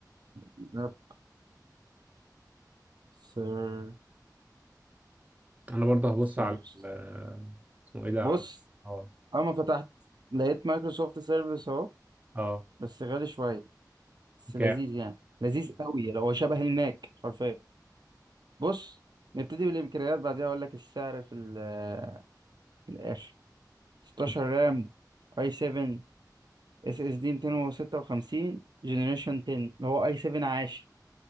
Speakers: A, on the right; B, on the right.
A: لابتوب سير
B: انا برضه هبص
A: سيرفيس
B: على ال- آه، اسمه ايه ده
A: بص
B: على اه
A: أما فتحت لقيت مايكروسوفت سيرفيس أهو
B: اه
A: بس غالي شوية بس
B: بكام
A: لذيذ يعني لذيذ قوي لو هو شبه الماك حرفيا بص نبتدي بالإمكانيات بعدها أقول لك السعر في ال- في الآخر 16
B: بكام
A: رام اي 7 اس اس دي 256 جنريشن 10 اللي هو اي 7 عاشر